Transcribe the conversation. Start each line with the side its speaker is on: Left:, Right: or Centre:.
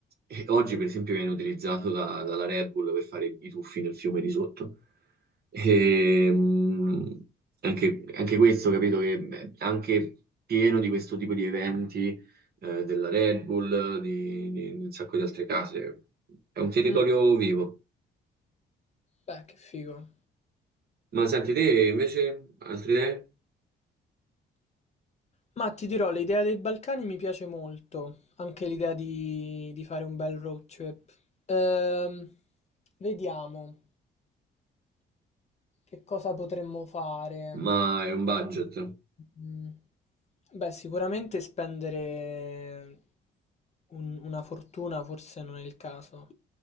Right: e oggi, per esempio, viene utilizzato da- dalla Red Bull per fare i tuffi nel fiume di sotto. E, mh, anche, anche questo, capito, che beh, anche pieno di questo tipo di eventi eh, della Red Bull, di, di- di un sacco di altre case. È un territorio
Left: mm.
Right: vivo.
Left: Beh, che figo.
Right: Ma senti, te invece, altre idee?
Left: Ma ti dirò, l'idea dei Balcani mi piace molto, anche l'idea di, di fare un bel road trip. Ehm, vediamo che cosa potremmo fare.
Right: Ma è un budget.
Left: Mm, Beh, sicuramente spendere un- una fortuna forse non è il caso,